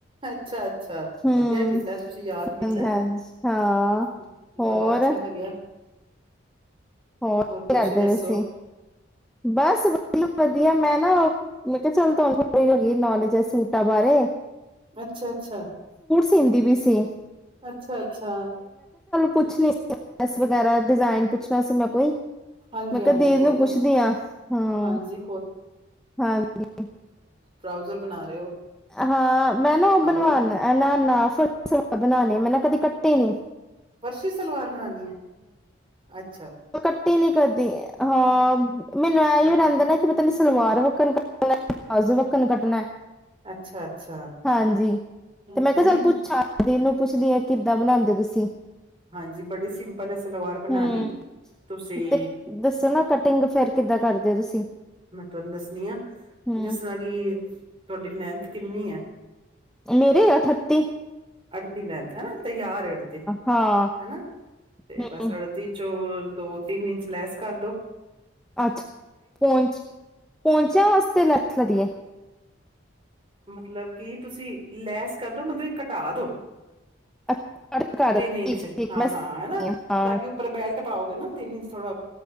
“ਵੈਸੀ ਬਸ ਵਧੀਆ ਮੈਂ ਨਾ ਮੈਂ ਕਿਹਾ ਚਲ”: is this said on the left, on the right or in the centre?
Centre